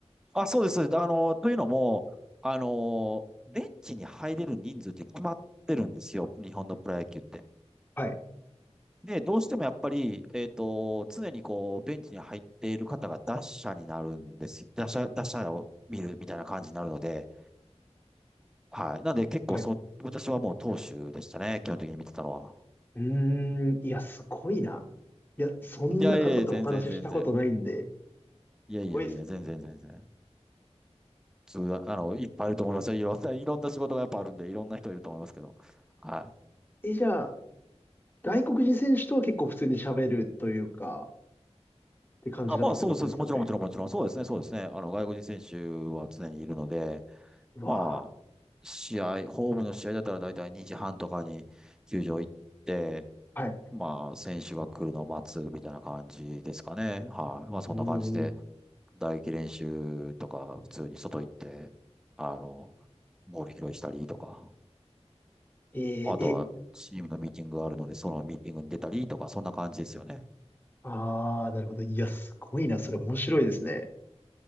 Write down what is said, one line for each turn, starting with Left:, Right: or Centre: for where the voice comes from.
Centre: あ、そうです、そうです。あの、というのも、あの、ベンチに入れる人数って決まってるんですよ、日本のプロ野球って。
Left: はい。
Centre: で、どうしてもやっぱり、えっと、常にこう、ベンチに入っている方が打者になるんですよ。打者、打者を見るみたいな感じになるので、はい。なんで結構そ、
Left: はい。
Centre: 私はもう投手でしたね、基本的に見てたのは。
Left: うーん。いや、すごいな。いや、そんな方とお話ししたことないんで。
Centre: いやいやいや、全然全然。
Left: す
Centre: いやいやいや、
Left: ごいです
Centre: 全然全然。つう、あの、いっぱいいると思いますよ。いろんな、いろんな仕事がやっぱあるんで、いろんな人いると思いますけど。はい。
Left: ね。え、じゃあ、外国人選手とは結構普通に喋るというか、って感じだったってことですよね。
Centre: あ、まあ、そうそうそう、もちろんもちろんもちろん、そうですね、そうですね。あの、外国人選手は常にいるので、
Left: うわ
Centre: まあ、試合、ホームの試合だったら大体2時半とかに球場行って、
Left: ー。はい。
Centre: まあ、選手が来るのを待つみたいな感じですかね。はい。まあ、そんな感じで。
Left: うーん。
Centre: 打撃練習とか、普通に外行って、あの、ボール拾いしたりとか、
Left: えー、
Centre: あとはチームのミーティングがあるので、
Left: え、
Centre: そのミーティングに出たりとか、そんな感じですよね。
Left: あー、なるほど。いや、すごいな。それ面白いですね。